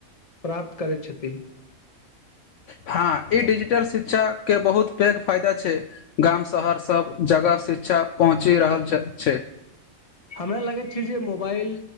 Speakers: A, on the left; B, on the left.
A: प्राप्त करै छति
B: हँ ई डिजिटल शिक्षा के बहुत पैग फायदा छै। गाम शहर सब जगह शिक्षा पहुँची रहल छै
A: हमरा लागैत छै जे मोबाइल।